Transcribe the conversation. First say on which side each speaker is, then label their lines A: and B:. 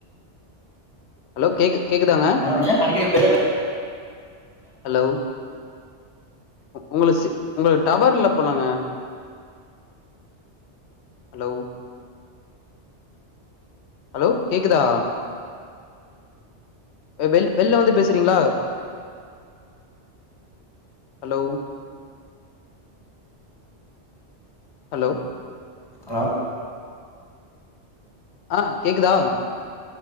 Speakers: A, on the left; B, on the left.
A: ஹலோ கேக்கு கேக்குதாங்க
B: ஆ ஏ அடிக்கடி பிரேக் ஆ
A: ஹலோ உங்களுக் சிக் உங்களுக்கு டவர் இல்ல போலங்க ஹலோ ஹலோ கேக்குதா வெ வெள் வெள்ல வந்து பேசறிங்ளா ஹலோ ஹலோ
B: ஹலோ
A: ஆ கேக்குதா